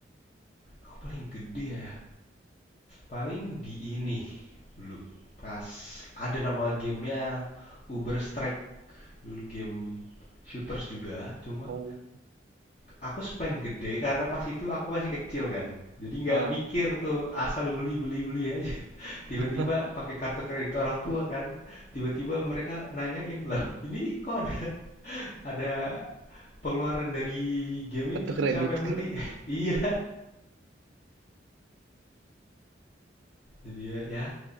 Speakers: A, on the left (about 35°); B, on the right (about 75°).
A: aku paling gede ya Paling di ini dulu pas ada nama gamenya Uber Strike dulu game shooters juga cuma
B: Oh,
A: aku spend gede karena pas itu aku masih kecil kan jadi nggak
B: ah,
A: mikir tuh asal beli beli beli aja <laughs> tiba-tiba
B: <laughs>
A: pakai kartu kredit orang tua kan tiba-tiba mereka nanyain loh ini kok ada ada pengeluaran dari game
B: kartu
A: ini
B: kredit.
A: siapa yang beli <laughs> iya Jadi ya, ya,